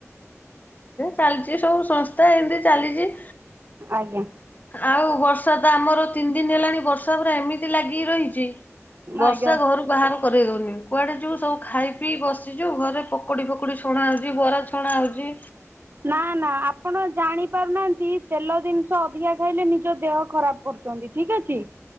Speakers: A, on the left; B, on the right.
A: ଚାଲ୍ଚି ସବୁ ସଂସ୍ଥା ଏମ୍ତି ଚାଲିଚି।
B: ଆଜ୍ଞା।
A: ଆଉ ବର୍ଷା ତ ଆମର ତିନି ଦିନ୍‌ ହେଲାଣି। ବ ଏମିତି ଲାଗିିକି ରହିଚି, ବର୍ଷା
B: ଆଜ୍ଞା
A: ଘରୁ ବାହାର କରେଇ ଦଉନି। କୁଆଡ଼େ ଯିବୁ, ସବୁ ଖାଇ ବିି ବସିଚୁ, ଘରେ ପକୁଡ଼ି ଫକୁଡ଼ି ଛଣା ହଉଚି, ବରା ଛଣା ହଉଚି।
B: ନା ନା ଆପଣ ଜାଣି ପାରୁନାହାନ୍ତି, ତେଲ ଦିନ୍‌ଷ ଅଧିକା ଖାଇଲେ ନିଜ ଦେହ ଖରାପ୍ କରୁଚନ୍ତି। ଠିକ୍ ଅଛି।